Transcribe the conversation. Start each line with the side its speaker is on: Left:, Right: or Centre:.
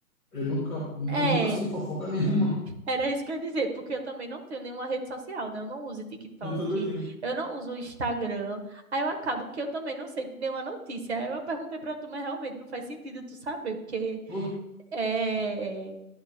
Centre: Eu nunca,
Right: É,
Centre: eu nunca sei de fofoca <laughs> nenhuma.
Right: era isso que eu ia dizer, porque eu também não tenho nenhuma rede social, né? Eu não uso TikTok,
Centre: Eu também não.
Right: eu não uso Instagram. Aí eu acabo que eu também não sei de nenhuma notícia. Aí eu perguntei pra tu, mas realmente não faz sentido tu saber, porque
Centre: Pô,
Right: é.